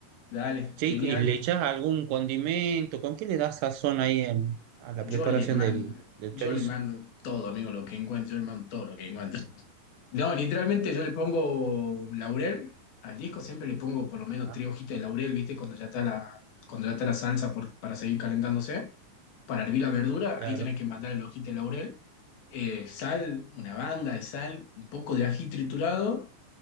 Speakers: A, on the left; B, on the right.
A: Dale,
B: Che,
A: genial.
B: ¿y le echas algún condimento? ¿Con qué le das sazón ahí en- a la
A: Yo
B: preparación
A: le mando,
B: del, del
A: yo
B: chorizo?
A: le mando todo, amigo, lo que encuentro, yo le mando todo lo que encuentro. No, literalmente yo le pongo laurel al disco, siempre le pongo por lo menos
B: Ah,
A: tres hojitas de laurel, ¿viste? Cuando ya está la, cuando ya está la salsa por- para seguir calentándose. Para hervir la verdura,
B: claro.
A: ahí tenés que mandar la hojita de laurel, eh, sal, una banda de sal, un poco de ají triturado